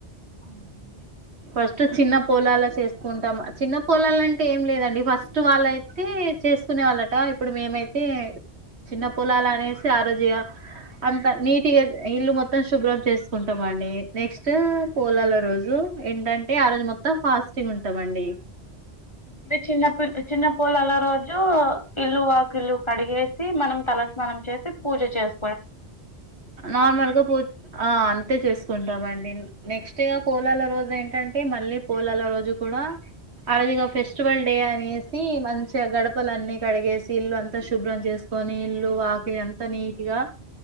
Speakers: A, on the left; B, on the right.
A: అవ్నండి.
B: ఫస్ట్ చిన్న పోలాలు చేస్కుంటాం. చిన్న పోలాల అంటే ఏం లేదండి ఫస్ట్ వాళ్ళయితే చేస్కునే వాళ్ళట ఇప్పుడు మేమైతే చిన్న పోలాలు అనేసి ఆ రోజు ఇగ అంత నీటిగా ఇల్లు మొత్తం శుభ్రం చేస్కుంటమండి. నెక్స్ట్ పోలాల రోజు ఏంటంటే ఆ రోజు మొత్తం ఫాస్టింగ్ ఉంటమండి.
A: మీ చిన్న చిన్న పోలాల రోజు ఇల్లు వాకిల్లు కడిగేసి మనం తలస్నానం చేసి పూజ చేస్
B: నార్మల్గా పో ఆ అంతే చూస్కుంటామండి నెక్స్ట్ ఇగ పోలాల రోజు ఏంటంటే మళ్ళీ పోలాల రోజు కూడా ఆ రోజు ఇగ ఫెస్టివల్ డే అనేసి మంచిగా గడపలన్నీ కడిగేసి ఇల్లు అంతా శుభ్రం చేస్కొని ఇల్లు ఆకిలి అంత నీట్గా